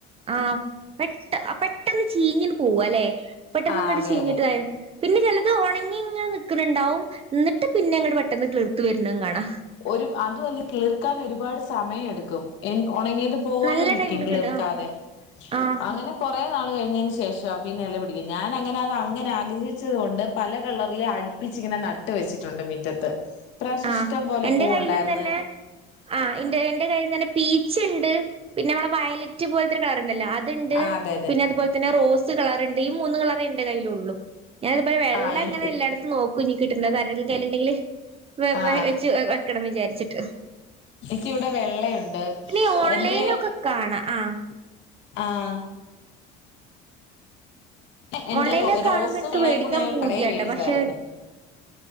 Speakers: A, on the right; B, on the left.
A: ആഹ് പെട്ട പെട്ടെന്ന് ചീഞ്ഞ് പോവാല്ലെ പെട്ടന്നിങ്ങട്ട്
B: ആ അതെ
A: ചീഞ്ഞിട്ട്
B: അതെ
A: ഇതായി പിന്നെ ചിലത് ഉണങ്ങി ഇങ്ങനെ നിൽക്കുന്നുണ്ടാവും എന്നിട്ട് പിന്നെ അങ്ങട്ട് പെട്ടെന്ന് കിളിർത്ത് വരുന്നതും കാണാം
B: ഒരു അതും അല്ല കിളിർക്കാൻ ഒരുപാട് സമയം എടുക്കും എ ഉണങ്ങിയതും പോലെ
A: നല്ല
B: നിക്കും
A: ടൈം എടുക്കണ്ട്
B: കിളിർക്കാതെ
A: ആഹ് ആഹ്
B: അങ്ങനെ കുറെ നാൾ കഴിഞ്ഞതിന് ശേഷം പിന്നെ ഇല പിടിക്കുന്ന ഞാനങ്ങനെ അത് അങ്ങനെ ആഗ്രഹിച്ചത് കൊണ്ട് പല കളറിലെ അ പ്പിച്ചിങ്ങനെ നട്ട് വെച്ചിട്ടുണ്ട് മുറ്റത്ത് ഈ പ്രാവശ്യ
A: ആഹ്
B: ഇഷ്ടം പോലെ
A: എന്റെ
B: പൂവ്
A: കയ്യിലും
B: ഉണ്ടായിന്ന്
A: തന്നെ ആഹ് എന്റെ എന്റെ കയ്യിന്ന് തന്നെ പീച്ച് ഉണ്ട് പിന്നെ നമ്മളെ വയലറ്റ് പോലത്തെരു കളർ ഉണ്ടല്ലോ അതുണ്ട്
B: ആ അതെ അതെ
A: പിന്നെ അതുപോലെ പിന്നെ റോസ് കളർ ഉണ്ട് ഈ മൂന്ന് കളർ എന്റെ കയ്യിലുള്ളൂ ഞാന അതുപോലെ വെള്ളം
B: ആ എ
A: അങ്ങനെ എല്ലായിടത്തും നോ കുഞ്ഞി കിട്ടണ്ടോ അത് ആരുടെ കയ്യിലുണ്ടെങ്കില്
B: ആ
A: വെച്ച് വെക്കണം വിചാരിച്ചിട്ട്
B: എനിക്കിവിടെ വെള്ളയുണ്ട്
A: പിന്നെ ഈ ഓൺലൈനൊക്കെ
B: എന്റെ
A: കാണാ ആഹ്
B: ആഹ് എന്റെ
A: ഓൺലൈനിലൊക്കെ
B: റോസും
A: കാണുമ്പോ എനിക്ക്
B: വെള്ളയും
A: മേടിക്കാൻ
B: കൂടി ഞാൻ ഒരു
A: പൂതിയാട്ടോ
B: കടയിൽ മേടിച്ചയിരുന്നു
A: പക്ഷെ